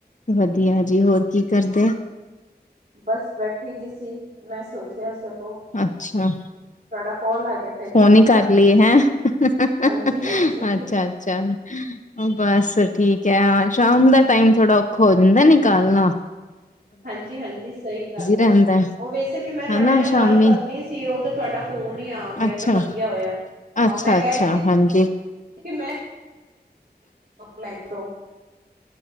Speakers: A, on the left; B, on the right.
A: ਵਧੀਆ ਜੀ ਹੋਰ ਕੀ ਕਰਦੇ
B: ਬਸ ਬੈਠੀ ਦੀ ਸੀ ਮੈਂ ਸੋਚਿਆ ਚਲੋ।
A: ਅੱਛਾ
B: ਤੁਹਾਡਾ ਕੋਲ ਆ ਗਿਆ। ਫਿਰ
A: ਫੋਨ
B: ਗੱਲ
A: ਹੀ ਕਰ ਲਈਏ
B: ਲਈ
A: ਹੈਂ
B: ਹਾਂਜੀ
A: ਅੱਛਾ-ਅੱਛਾ
B: ਹਾਂਜੀ
A: ਬਸ, ਬੱਸ ਠੀਕ ਹੈ ਸ਼ਾਮ ਦਾ ਟਾਈਮ ਥੋੜਾ ਔਖਾ ਹੋ ਜਾਂਦਾ ਨੀ ਕੱਲ ਆ,
B: ਹਾਂਜੀ-ਹਾਂਜੀ ਸਹੀ ਗੱਲ ਹੈਗੀ
A: ਰਹਿੰਦਾ
B: ਉਹ ਵੈਸੇ ਵੀ ਮੈਂ ਤੁਹਾਡੇ
A: ਹਨਾ
B: ਨਾਲ
A: ਸ਼ਾਮੀ
B: ਗੱਲ ਕਰਨੀ ਸੀ ਉਹ ਤੇ ਤੁਹਾਡਾ, ਉਹ ਨੀ ਆ ਗਿਆ
A: ਅੱਛਾ
B: ਤੇ ਵਧੀਆ ਹੋਇਆ ਹਾਂ
A: ਅੱਛਾ
B: ਮੈਂ ਕਹਿ
A: ਅੱਛਾ
B: ਰਹੀ ਸੀ।
A: ਹਾਂਜੀ
B: ਔ ਮੇ ਤੋ